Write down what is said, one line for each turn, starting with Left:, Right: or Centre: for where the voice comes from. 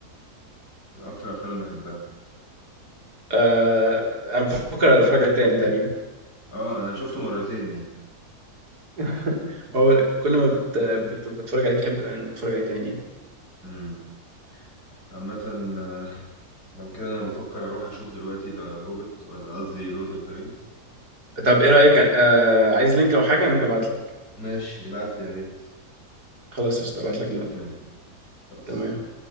Left: من اكتر افلام اللي بحبها
Right: آه، بفكر اتفرج عليه تاني تقريبا
Left: اه انا شفته مرتين يعني
Right: <laughs> هو كل ما بت... بت... بتفرج عليه تحب إن تتفرج عليه تاني
Left: امم عامة آه، لو كده انا بفكر اروح اشوف دلوقتي ذا هوبيت ولا قصدي لورد اوف ذا رينجز
Right: طب ايه رأيك آه... عايز لينك او حاجة ممكن ابعت لك
Left: ماشي ابعت لي يا ريت
Right: خلاص قشطة ابعت
Left: واشوف
Right: لك دلوقتي
Left: منه بس
Right: تمام